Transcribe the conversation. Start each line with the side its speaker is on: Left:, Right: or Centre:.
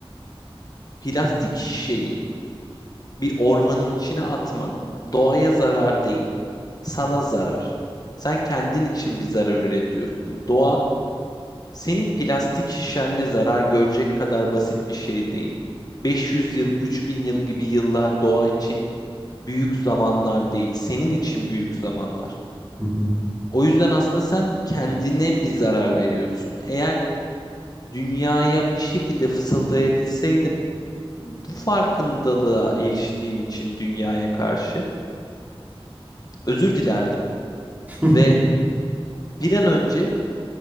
Left: plastik şişeyi bir ormanın içine atman doğaya zarar değil, sana zarar. Sen kendin için bir zarar üretiyorsun. Doğa senin plastik şişenle zarar görecek kadar basit bir şey değil. 500 yıl, 3000 yıl gibi yıllar doğa için büyük zamanlar değil, senin için büyük zamanlar.
Right: Hı hı.
Left: O yüzden aslında sen kendine bir zarar veriyorsun. Eğer dünyaya bir şekilde fısıldayabilseydim, bu farkındalığa eriştiğim için dünyaya karşı özür dilerdim.
Right: <laughs>
Left: ve bir an önce